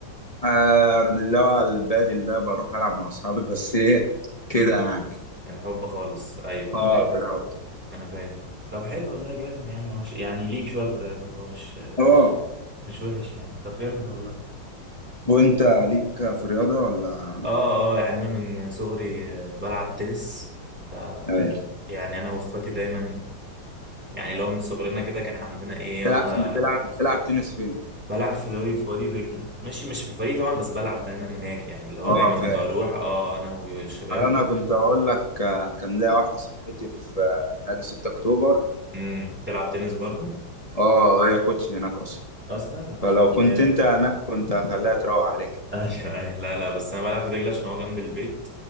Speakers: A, on the left (about 20°); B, in the centre.
A: آه، اللي هو البادل ده بروح العب مع اصحابي بس ايه كده
B: امم
A: يعني
B: الحب خالص ايوه
A: اه
B: انا فاهم
A: في الأول.
B: انا فاهم طب حلو والله جامد يعني هو ش... يعني ليك شويه في الرياضه هو مش مش
A: اه
B: مش وحش يعني طب جامد والله
A: وانت ليك في الرياضة ولا
B: اه اه يعني انا من صغري آه، بلعب تنس ده
A: ايوه
B: يعني انا واخواتي دايما يعني لو من صغرنا كده كان عندنا ايه يلا
A: بتلعب بتلعب بتلعب تنس فين؟
B: بلعب في دوري في وادي دجلة ماشي مش في الفريق طبعا بس بلعب دايما هناك يعني اللي هو
A: اه
B: دايما
A: فاهم
B: بروح اه انا والشباب
A: انا كنت هقول لك آه، كان ليا واحدة صاحبتي في آه، نادي 6 اكتوبر
B: امم تلعب تنس برضه
A: اه هي كوتش هناك اصلا
B: اصلا اه
A: فلو
B: طب
A: كنت
B: جامد
A: انت هناك كنت هخليها تروق عليك
B: <laughs> ايوه أيوة. لا لا بس انا بلعب في دجلة عشان هو جنب البيت